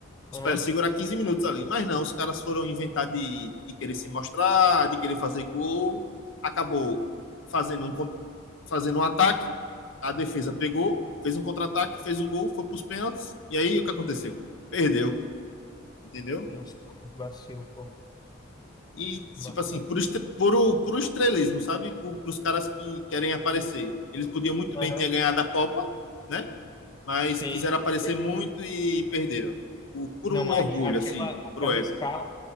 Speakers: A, on the left; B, on the left.
A: Espero
B: Aham.
A: segurar 15 minutos ali. Mas não, os caras foram inventar de, de querer se mostrar, de querer fazer gol. Acabou fazendo um, fazendo um ataque, a defesa pegou, fez um contra-ataque, fez um gol, foi para os pênaltis. E aí o que aconteceu? Perdeu, entendeu?
B: Nossa, que vacilo, pô.
A: E,
B: Bacana.
A: tipo assim, por, estre- por, o- por o estrelismo, sabe? Para os caras que querem aparecer. Eles podiam muito
B: Aham.
A: bem ter ganhado a Copa, né? Mas
B: Sim.
A: quiseram aparecer
B: Verdade.
A: muito e perderam. Por, por
B: Não,
A: o
B: mas
A: orgulho,
B: aque- aquela,
A: assim,
B: aquela
A: por o ego.
B: escala,